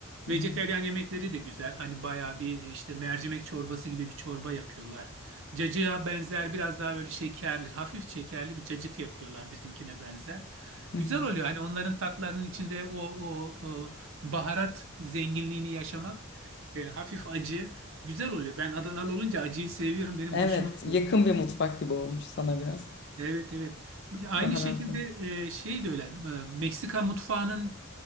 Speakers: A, on the right; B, on the left.
A: Vejeteryan
B: Hı hı.
A: yemekleri de güzel. Hani bayağı bir işte mercimek çorbası gibi bir çorba yapıyorlar. Cacığa benzer biraz daha böyle şekerli, hafif şekerli bir cacık yapıyorlar bizimkine benzer.
B: Hı hı.
A: Güzel oluyor. Hani onların tatlarının içinde o, o, o baharat zenginliğini yaşamak e, hafif acı güzel oluyor. Ben Adanalı olunca acıyı seviyorum. Benim
B: Evet,
A: hoşuma
B: yakın
A: gidiyor.
B: bir mutfak gibi olmuş sana biraz.
A: Evet evet. Aynı
B: Baharat.
A: şekilde e, şey de öyle. e, Meksika mutfağının